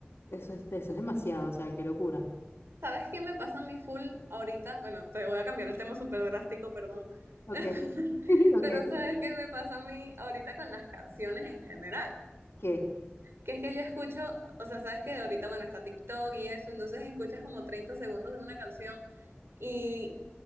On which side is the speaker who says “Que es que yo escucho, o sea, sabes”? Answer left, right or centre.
Right